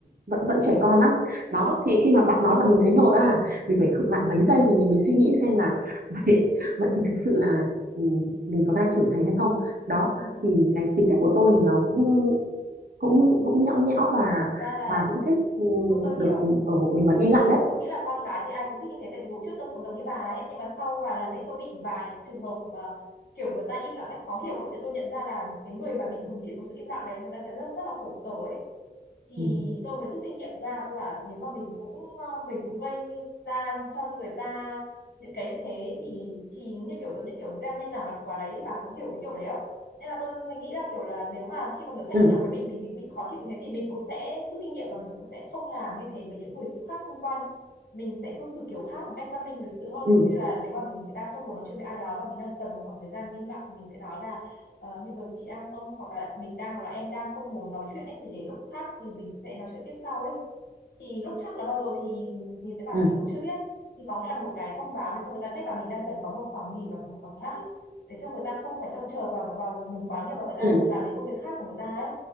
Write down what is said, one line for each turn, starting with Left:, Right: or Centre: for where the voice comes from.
Right: vẫn vẫn trẻ con lắm đó thì khi mà bạn nói là mình thấy nhột à mình phải khựng lại mấy giây thì mình mới suy nghĩ xem là <laughs> vậy vậy thì thực sự là ừ, mình có đang trưởng thành hay không đó
Left: ừ.
Right: thì cái tính cách của tôi thì nó cũng cũng cũng nhõng nhẽo và
Left: thật ra là
Right: và cũng
Left: ừ,
Right: thích ừ,
Left: tôi, tôi
Right: được
Left: hiểu
Right: ở một mình và im lặng đấy
Left: tôi nghĩ là con gái thì ai cũng thích như thế tại vì hồi trước tôi cũng giống như bà ấy nhưng mà sau vài lần ấy tôi bị vài trường hợp mà kiểu người ta im lặng ấy khó hiểu ấy thì tôi nhận ra là cái người mà bị hứng chịu của sự im lặng đấy người ta sẽ rất rất là khổ sở ấy thì
Right: ừ
Left: tôi mới rút kinh nghiệm ra tôi bảo nếu mà mình cũng ờ, mình cũng gây ra cho người ta những cái như thế thì thì như kiểu giống như kiểu gieo nhân nào gặt quả đấy bà có hiểu cái kiểu đấy không nên là tôi mình nghĩ là kiểu là nếu mà khi mà người khác
Right: ừ
Left: im lặng với mình mình bị, bị khó chịu như thế thì mình cũng sẽ rút kinh nghiệm và mình cũng sẽ không làm như thế với những người khác xung quanh mình sẽ cư xử kiểu khác một cách văn minh và lịch sự hơn
Right: ừ
Left: ví dụ như là nếu mà mình đang không muốn nói chuyện với ai đó và mình đang cần một khoảng thời gian im lặng thì mình sẽ nói là ờ, hiện giờ thì chị đang không hoặc là mình đang hoặc là em đang không muốn nói chuyện ấy thì để lúc khác thì mình sẽ nói chuyện tiếp sau ấy thì lúc khác là bao giờ thì mình sẽ bảo
Right: ừ
Left: là mình cũng chưa biết thì có nghĩa là một cái thông báo để cho người ta biết là mình đang cần có một khoảng nghỉ và một khoảng ngắt ấy, để cho người ta không phải trông chờ vào vào mình quá nhiều và người ta
Right: ừ,
Left: có thể làm những công việc khác của người ta ấy